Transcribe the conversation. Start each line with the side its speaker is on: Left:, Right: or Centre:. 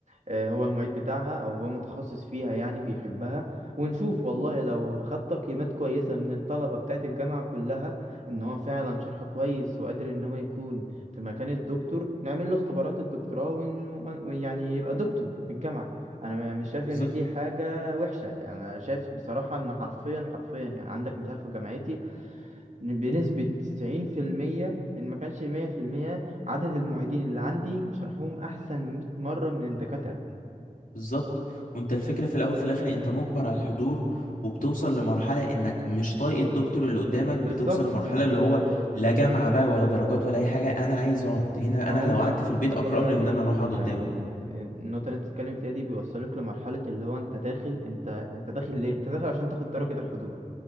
Right: آه، هو المعيد بتاعها او هو متخصص فيها يعني بيحبها ونشوف والله لو خد تقييمات كويسة من الطلبة بتاعت الجامعة كلها ان هو فعلا شرحه كويس وقادر ان هو يكون في مكان الدكتور نعمل له اختبارات الدكتوراه ون- ون- ويعني يبقى دكتور في الجامعة انا م- مش شايف
Left: بالظبط
Right: ان دي حاجة وحشة يعني انا شايف بصراحة ان حرفيا حرفيا يعني عندك مثال في جامعتي إن بنسبة 90% ان ما كانش 100% عدد المعيدين اللي عندي شرحهم احسن 100 مرة من الدكاترة
Left: بالظبط وانت الفكره في الاول في الاخر انت مجبر على الحضور وبتوصل لمرحله انك مش طايق الدكتور اللي قدامك بتوصل
Right: بالظبط
Left: لمرحله اللي هو لا جامعه بقى ولا درجات ولا اي حاجه انا عايز اقعد هنا
Right: ما
Left: انا لو
Right: هم
Left: قعدت في البيت
Right: هم
Left: اكرم
Right: بقى
Left: لي من
Right: بي
Left: ان انا اروح اقعد
Right: يعني
Left: قدامه
Right: النقطة اللي انت بتتكلم فيها دي بيوصلوك لمرحلة اللي هو انت داخل انت انت داخل ليه؟ انت داخل عشان تاخد درجة الحضور